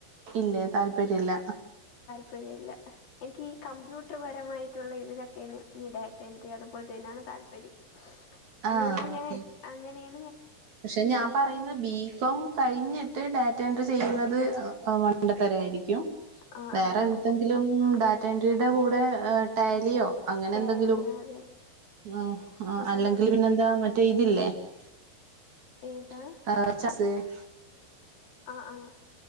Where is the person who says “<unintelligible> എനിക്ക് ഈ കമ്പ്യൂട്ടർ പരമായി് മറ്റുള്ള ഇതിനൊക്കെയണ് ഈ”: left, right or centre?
Left